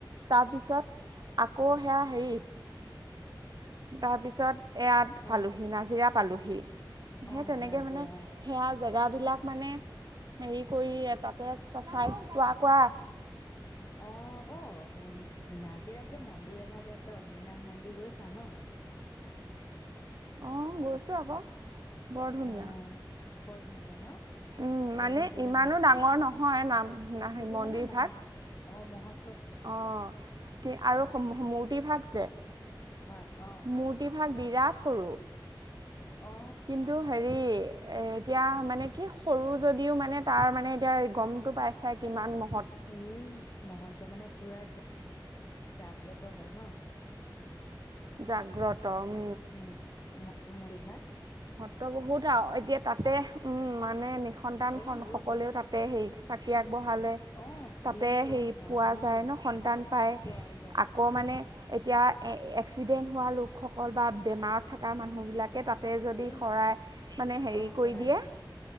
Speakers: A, on the right (about 55°); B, on the left (about 40°).
A: তাৰপিছত আকৌ সেয়া হেৰি তাৰপিছত এয়াত
B: অ
A: পালোহি নাজিৰা পালোহি,
B: অ
A: সেই তেনেকে
B: নাজিৰা
A: মানে সেয়া জেগাবিলাক মানে হেৰি কৰি তাতে চাই চোৱা কৰা
B: অ অ নাজিৰাত যে মন্দিৰ এভাগ আছে অগ্নিনাশ মন্দিৰ গৈছা ন? <inaudible>
A: অ গৈছোঁ আক বৰ ধুনীয়া।
B: অ বৰ ধুনীয়া ন।
A: উম মানে
B: বহুত বোলে
A: ইমানো
B: মহ
A: ডাঙৰ নহয় নাম- ন
B: কিন্তু
A: মন্দিৰ
B: মানে মহৎ
A: ভাগ
B: অ মহৎ
A: অ কে আৰু মূৰ্তিভাগ যে
B: হয় অ
A: মূৰ্তিভাগ বিৰাট সৰু।
B: অ
A: কিন্তু হেৰি এ এতিয়া মানে কি সৰু যদিও মানে তাৰ মানে এতিয়া গমতটো পাইছাই কিমান মহ-
B: এই মহন্ত মানে পুৰা জাগ্ৰত হয় ন।
A: জাগ্ৰত উম
B: মুত মঠ মন্দিৰ ভাগ
A: ত বহুত আও এতিয়া তাতে উম মানে নিঃসন্তান
B: এই
A: স
B: মোৰো
A: সকলেও
B: লৰা
A: তাতে সেই চাকি আগ- বঢ়ালে
B: অ
A: তাতে
B: ই কিয়
A: সেই
B: নহয়
A: পোৱা
B: উম
A: যায় ন সন্তান পাই
B: পোৱা যায়
A: আকৌ মানে এট- এতিয়া এক্সিডেণ্ট হোৱা লোকসকল বা বেমাৰত থকা মানুহবিলাক তাতে যদি
B: এই
A: শৰাই মানে হেৰি
B: অ শৰাই
A: কৰি দিয়ে